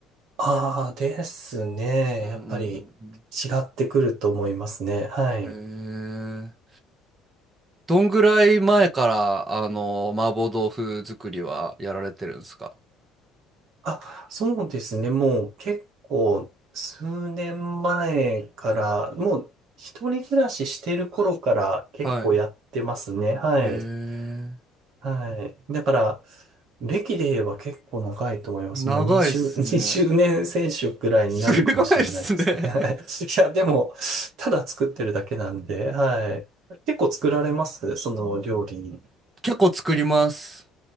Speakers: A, on the right; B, on the right.
A: ああ、ですね。
B: うんう
A: やっぱり違
B: ん
A: ってくると思いますね。はい。
B: うんうん。へえー。どんぐらい前から、あの、麻婆豆腐作りはやられてるんですか
A: あ、そうですね。もう結構数年前から、もう一人暮らししてる頃から結構やってますね。
B: はい。へ
A: はい。
B: えー。
A: はい。だから、歴で言えば結構長いと思います。
B: 長いっすね。
A: もう20、<laughs> 20年選手くらいになるかもしれないですね。
B: すごいっすね
A: <laughs> いや、でも、ただ作ってるだけなんで、はい。結構作られますその料理。
B: <laughs> 結構作ります。